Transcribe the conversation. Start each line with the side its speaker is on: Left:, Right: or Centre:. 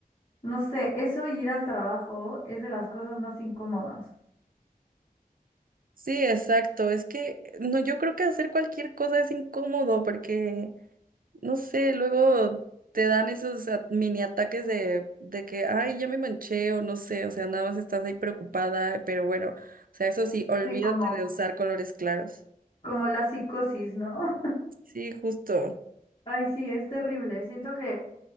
Left: no sé, eso y ir al trabajo es de las cosas más incómodas.
Right: sí, exacto. Es que no, yo creo que hacer cualquier cosa es incómodo porque No sé, luego te dan esos a- mini ataques de, de que, ay, ya me manché o no sé, o sea, nada más estás ahí preocupada, pero bueno, o sea, eso sí, olvídate
Left: Sí, como,
Right: de usar colores claros.
Left: como la psicosis, ¿no?
Right: Sí, justo.
Left: <laughs> Ay, sí, es terrible. Siento que